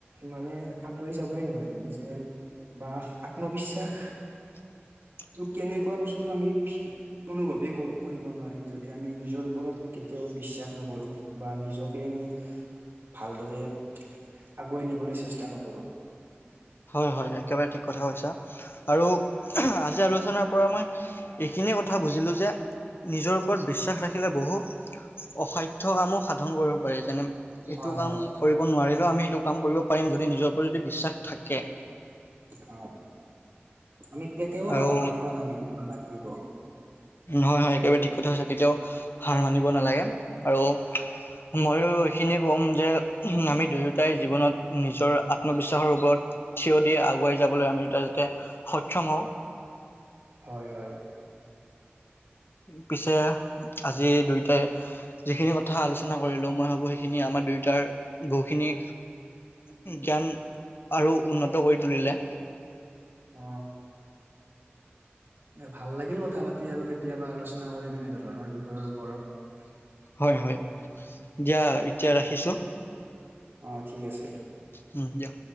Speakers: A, on the right (about 60°); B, on the left (about 60°).
A: মানে আগুৱাই যাবই নোৱাৰিম যেন, বা আত্মবিশ্বাস
B: <inaudible>
A: ত' কেনেকুৱা বস্তু আমি অনুভৱেই কৰিব নোৱাৰিম যদি আমি নিজৰ ওপৰত কেতিয়াও বিশ্বাস নকৰোঁ বা নিজকে আমি ভালদৰে আগুৱাই নিবলৈ চেষ্টা নকৰোঁ।
B: হয়, হয়, একেবাৰে ঠিক কথা কৈছা আৰু আজি আলোচনাৰ পৰা মই এইখিনিয়ে কথা কথা বুজিলোঁ যে নিজৰ ওপৰত বিশ্বাস ৰাখিলে বহু অসাধ্যয় কামো সাধন কৰিব পাৰি যেনে এইটো
A: হয়
B: কাম
A: হয়।
B: কৰিব নোৱাৰিলেও আমি সেইটো কাম কৰিব পাৰিম যদি নিজৰ ওপৰত বিশ্বাস থাকে।
A: হয় আমি কেতিয়াও
B: আৰু
A: হাৰ মানিব না নালাগিব।
B: হয় হয় একেবাৰে ঠিক কথা কৈছা কেতিয়াও হাৰ মানিব নালাগে আৰু ময়ো এইখিনিয়ে ক'ম যে আমি দুয়োটাই জীৱনত নিজৰ আত্মবিশ্বাসৰ ওপৰত থিয় দি আগুৱাই যাবলৈ আমি দুটা যাতে সক্ষম হওঁ।
A: হয়, হয়,
B: পিছে আজি দুয়টাই যিখিনি কথা আলোচনা কৰিলোঁ মই ভাবো সেইখিনি আমাৰ দুয়টাৰ বহুখিনি জ্ঞান আৰু উন্নত কৰি তুলিলে।
A: অ এ ভাল লাগিল কথা পাতি আৰু কেতিয়াবা আলোচনা কৰিম এনেধৰণৰ বিষয়ৰ ওপৰত।
B: হয়, হয়, দিয়া এতিয়া ৰাখিছো।
A: অ', ঠিক আছে।
B: উম, দিয়।